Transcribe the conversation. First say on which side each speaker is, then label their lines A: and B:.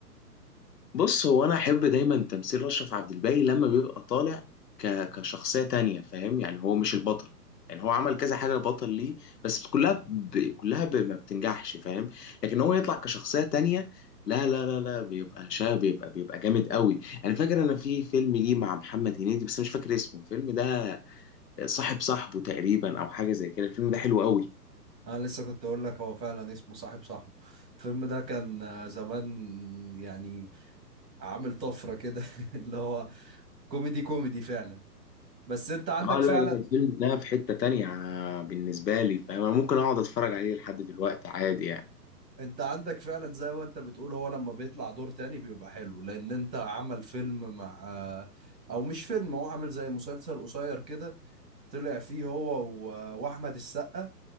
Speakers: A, on the left (about 70°); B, on the right (about 80°).
A: بص هو انا احب دايما تمثيل اشرف عبد الباقي لما بيبقى طالع ك... كشخصية تانية فاهم يعني هو مش البطل يعني هو عمل كذا حاجة بطل ليه بس كلها ب... كلها ب... ما بتنجحش فاهم لكن هو يطلع كشخصية تانية لا لا لا لا بيبقى شاب بيبقى بيبقى جامد قوي انا فاكر انا في فيلم ليه مع محمد هنيدي بس مش فاكر اسمه الفيلم ده صاحب صاحبه تقريبا او حاجه زي كده الفيلم ده حلو قوي
B: انا لسه كنت اقول لك هو فعلا اسمه صاحب صاحبه الفيلم ده كان آه، زمان يعني عامل طفرة كده <laughs> اللي هو كوميدي كوميدي فعلا بس انت عندك
A: اه لا
B: فعلا
A: لا الفيلم ده في حته تانية بالنسبه لي فانا ممكن اقعد اتفرج عليه لحد دلوقتي عادي يعني
B: انت عندك فعلا زي ما انت بتقول هو لما بيطلع دور تاني بيبقى حلو لان انت عمل فيلم مع آه، او مش فيلم هو عامل زي مسلسل قصير كده طلع فيه هو و- واحمد السقا